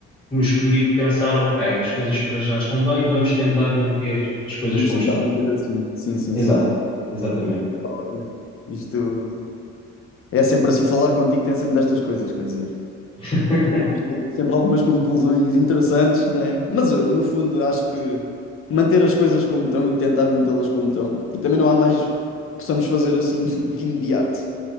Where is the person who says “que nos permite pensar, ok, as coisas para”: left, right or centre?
Left